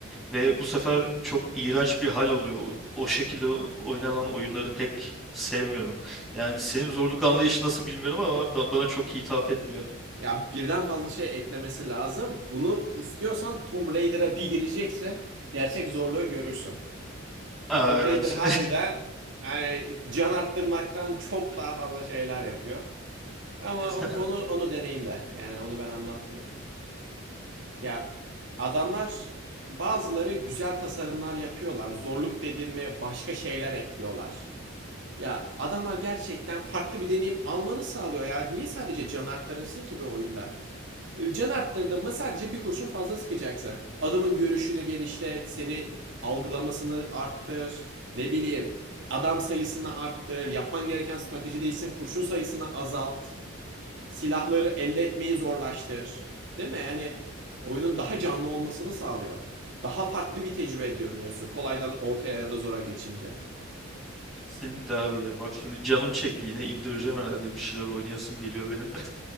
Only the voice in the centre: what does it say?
ve bu sefer çok iğrenç bir hal alıyor. O şekilde oynanan oyunları pek sevmiyorum. Yani senin zorluk anlayışı nasıl bilmiyorum ama ba- bana çok hitap etmiyor.
Aa,
evet.
<laughs>
Kesinlikle abi ya. Bak şimdi canım çekti yine indireceğim herhalde bir şeyler oynayasım geliyor benim. <laughs>